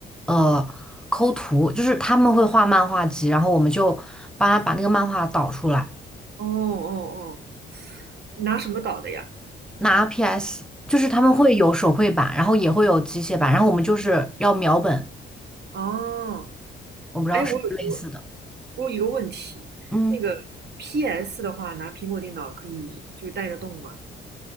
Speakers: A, in the centre; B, on the right.
A: 呃抠图，就是他们会画漫画集，然后我们就帮他把那个漫画导出来，
B: 哦哦哦哦，你拿什么导的呀？
A: 拿 PS，就是他们会有手绘版，
B: 啊
A: 然后也会有机械版，然后我们就是要描本，
B: 哦，
A: 我不知道是不是类似的，
B: 哎，我有问一个问题，
A: 嗯，
B: 那个 PS 的话，拿苹果电脑可以就是带得动吗？